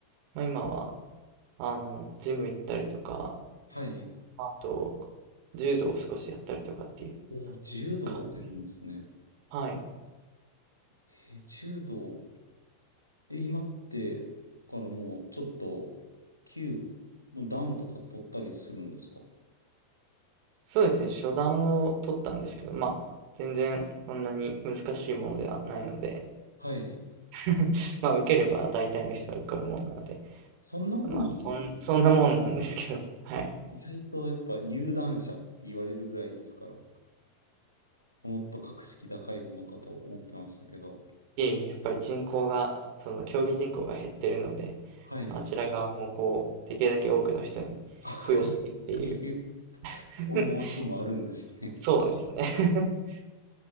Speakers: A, on the right; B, on the left.
A: ま、今はあの、ジム行ったりとか、
B: はい。
A: あと、柔道を少しやったりとかっていう
B: おー、柔道をやるんですね。
A: 感じです。はい。
B: えー柔道。え、今って、からもうちょっと、級、もう段とか取ったりするんですか
A: そうですね、初段を取ったんですけど、まあ、全然そんなに難しいものではないので、
B: はい。
A: <laughs> まあ、受ければ大体の人は受かるものなので、
B: そんなもんなんですね。
A: まあ、そん、<laughs> そんなもんなんですけど、<laughs> はい。
B: 意外とやっぱ有段者って言われるぐらいですから、もっと格式高いものかと思ってましたけど。
A: いえいえ、やっぱり人口が、その競技人口が減ってるので、
B: はい。
A: あちら側もこう、できるだけ多くの人に付与したいっていう、
B: あ、そういう
A: <laughs>
B: 思惑もあるんですね。
A: そうですね。
B: <laughs>
A: <laughs>